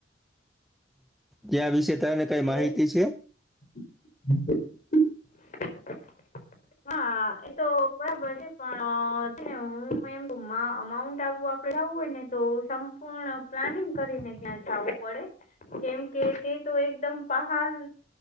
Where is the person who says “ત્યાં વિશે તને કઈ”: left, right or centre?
Centre